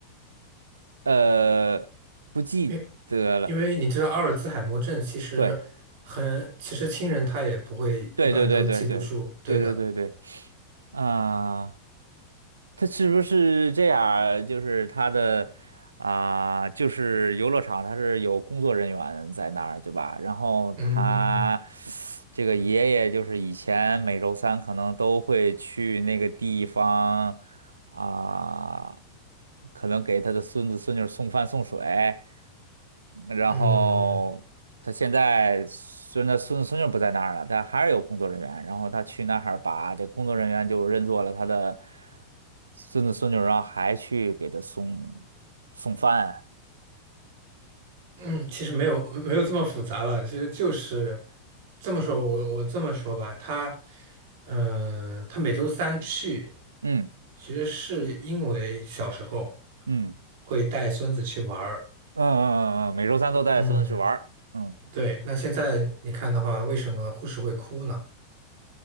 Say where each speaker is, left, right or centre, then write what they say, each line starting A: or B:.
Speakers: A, on the right; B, on the right.
A: 呃，不记得了。
B: 因为因为你知道阿尔兹海默症其实很，
A: 对
B: 其实亲人他也不会一般都记不住，
A: 对对对对对对对对对
B: 对的。
A: 啊。他是不是这样儿就是他的啊、就是游乐场，他是有工作人员在那儿，对吧？然后他
B: 嗯
A: 这个爷爷就是以前每周三可能都会去那个地方啊、可能给他的孙子孙女儿送饭送水，然后他现在虽然他孙子孙女不在那儿了，
B: 嗯。
A: 但还是有工作人员。然后他去那儿把这工作人员就认作了他的孙子孙女，然后还去给他送送饭。
B: 嗯，其实没有没有这么复杂了，其实就是这么说，我我这么说吧，他，嗯、他每周三去，
A: 嗯
B: 其实是因为小时候
A: 嗯
B: 会带孙子去玩儿，
A: 嗯嗯嗯嗯，每周三都带孙子去玩儿嗯
B: 嗯，对。那现在你看的话，为什么护士会哭呢？